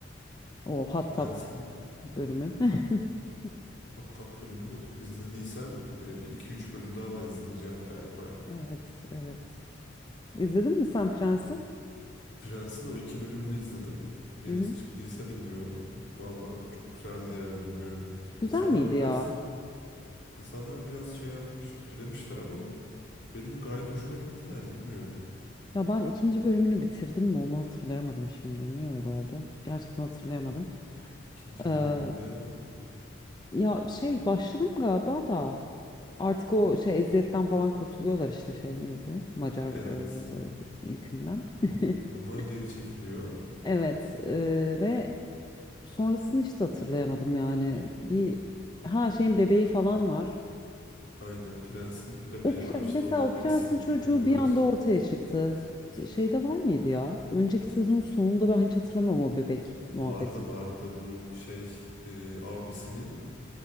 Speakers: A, on the left; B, on the left.
A: O Hattab
B: Prens'in
A: bölümü. <laughs>
B: Hattab bölümünü izlediysen e, bir iki üç bölüm daha var izleyeceğin galiba.
A: Evet, evet. İzledin mi sen Prens'i?
B: Prens'in o iki bölümünü izledim. Yenisi
A: Hı hı.
B: çıktıysa bilmiyorum. Valla çok güzeldi yani bilmiyorum.
A: Güzel
B: İnsanlar
A: miydi
B: biraz
A: ya?
B: insanlar biraz şey yapmış, kötülemişler ama benim gayet hoşuma gitti yani bilmiyorum.
A: Ya ben ikinci bölümünü bitirdim mi onu hatırlayamadım şimdi. Niye öyle oldu? Gerçekten hatırlayamadım.
B: İkinci
A: Ee,
B: bölümünde
A: ya şey başladım galiba da artık o şey eziyetten falan kurtuluyorlar işte şey neydi? Macar
B: evet
A: e, yükünden. <laughs>
B: onlar geri çekiliyor.
A: Evet e, ve sonrasını işte hatırlayamadım yani. Bir ha şeyin bebeği falan var.
B: Aynen Prens'in bebeği
A: O pre-
B: var işte
A: mesela
B: ona
A: o prensin
B: isim
A: çocuğu
B: veriyorlar.
A: bir anda ortaya çıktı. Şeyde var mıydı ya? Önceki sezonun sonunda ben hiç hatırlamıyorum o bebek muhabbeti.
B: Vardı vardı bu şey e, abisinin